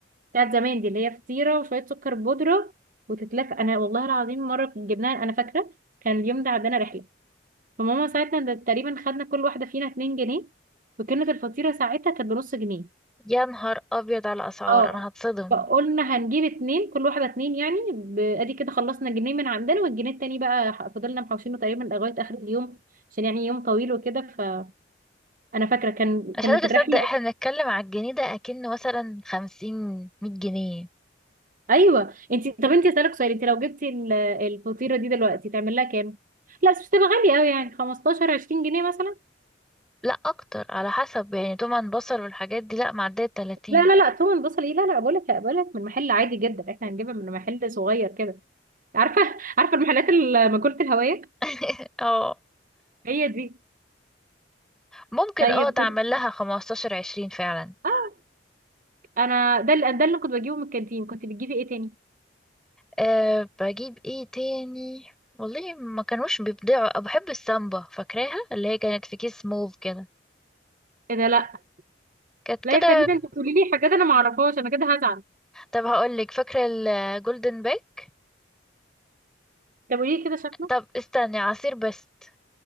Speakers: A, on the right; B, in the centre.
A: بتاعت زمان دي اللي هي فطيره وشويه سكر بودره وتتلف انا والله العظيم مره جبناها انا فاكره كان اليوم ده عندنا رحله فماما ساعتها ده تقريبا خدنا كل واحده فينا 2 جنيه وكانت الفطيره ساعتها كانت بنص جنيه
B: يا نهار ابيض على اسعار
A: اه
B: انا هتصدم
A: فقلنا هنجيب اتنين كل واحدة اتنين يعني ب- ادي كده خلصنا جنيه من عندنا والجنيه التاني بقى ح- فضلنا محوشينه تقريبا لغاية اخر اليوم عشان يعني يوم طويل وكده فانا فاكرة كان
B: مش
A: كانت
B: قادره اصدق
A: الرحلة
B: احنا بنتكلم على الجنيه ده اكنه مثلا خمسين مية جنيه
A: <laughs> ايوه انت طب انت اسالك سؤال انت لو جبتي ال- الفطيرة دي دلوقتي تعمل لها كام؟ لا بس مش تبقى غالية قوي يعني 15 20 جنيه مثلا
B: لا اكتر على حسب يعني طبعا بصل والحاجات دي لا معديه التلاتين
A: لا لا لا تومن بصل ايه لا لا بقول لك بقول لك من محل عادي جدا احنا هنجيبها من محل صغير كده عارفة <laughs> عارفة المحلات ال- ماكولة الهوية
B: <laughs> اه
A: هي دي
B: ممكن
A: طيب
B: اه تعمل
A: كنت
B: لها خمستاشر عشرين فعلا
A: اه انا ده اللي ده اللي كنت بجيبه من الكانتين كنت بتجيبي ايه تاني
B: أه بجيب ايه تاني والله ما كانوش بيبدعوا أه، بحب السامبا فاكراها اللي هي كانت في كيس موف كده
A: ايه ده لا
B: كانت كده
A: لا يا فريده انت بتقولي لي حاجات انا ما اعرفهاش انا كده هزعل
B: طب هقولك فاكرة الجولدن باك
A: طب قولي لي كده شكله
B: طب استني عصير بست